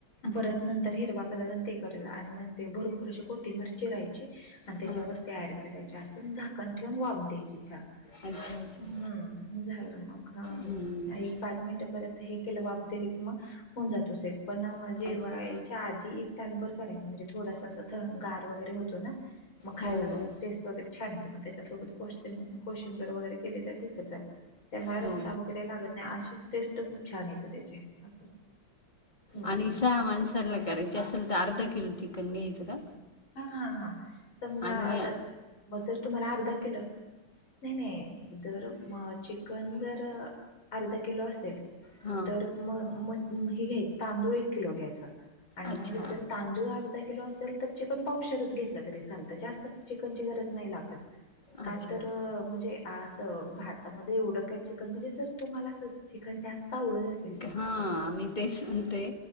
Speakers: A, on the left; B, on the left.
A: परत नंतर हिरवा कलरन ते करेल आणि मग ते भरपूर असे कोथिंबर चिरायची आणी त्याच्यावर
B: हां
A: ते ऍड करायचे असून झाकण ठेवून वाफ द्यायची छान
B: अच्छा अच्छा
A: हम्म झालं मग हं
B: हम्म,
A: एक पाच मिनिटपर्यंत हे केलं वाफ दिली की मग होऊन जातो सेट पण जेवायच्या
B: अच्छा
A: आधी एक तासभर करायचं म्हणजे थोडासा असं थ गार वगैरे होतं तोना मग खायला
B: हो
A: वगैरे
B: हो
A: टेस्ट वगैरे छान येते मग त्याच्यासोबत कोशिंबीर वगैरे केले तर ठीकच आहे त्याला रस्सा
B: हो
A: वगैरे लागत नाही अशीच टेस्ट खूप छान येते त्याची असं हम्म
B: आणी सहा माणसाला करायची असेल तर अर्धा किलो चिकन घ्यायचं का
A: ह, ह हा समजा
B: आणि
A: आता जर तुम्हाला अर्धा किलो नाय, नाय जर म चिकन जर अर्धा किलो असेल
B: हां
A: तर म मग हे घ्याय तांदूळ एक किलो घ्यायचा आणी
B: अच्छा
A: मग जर तांदूळ अर्धा किलो असेल तर चिकन पावशरच घेतलं तरी चालतं जास्त चिकनची गरज नाही लागत का
B: अच्छा
A: तर म्हजे असं भातामध्ये एवढं काय चिकन म्हणजे जर तुम्हाला अस चिकन जास्त आवडत अस
B: हा मी तेच म्हणते